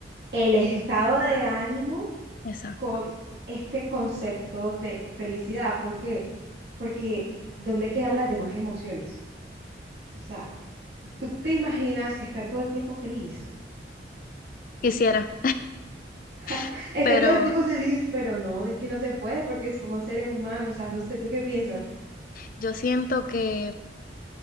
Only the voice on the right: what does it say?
el estado de ánimo
con este concepto de felicidad. ¿Por qué? Porque ¿dónde quedan las demás emociones? O sea, tú te imaginas estar todo el tiempo feliz,
<laughs>
estar
todo el tiempo feliz, pero no, es que no se puede porque somos seres humanos, o sea, no sé, ¿tú qué piensas?